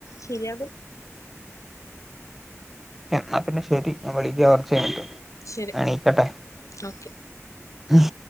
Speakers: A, on the left; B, in the centre.
A: ശരിയാകും
B: എന്ന എന്നാ പിന്നെ ശെരി ഞാൻ വിളിക്ക കൊറച്ച് കഴിഞ്ഞിട്ട്
A: ശരി
B: ഞാൻ എണീക്കട്ടെ
A: ഓക്കെ
B: ഹും